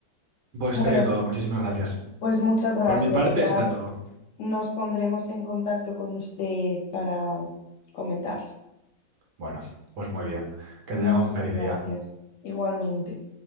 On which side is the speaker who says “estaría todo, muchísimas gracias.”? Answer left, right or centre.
Right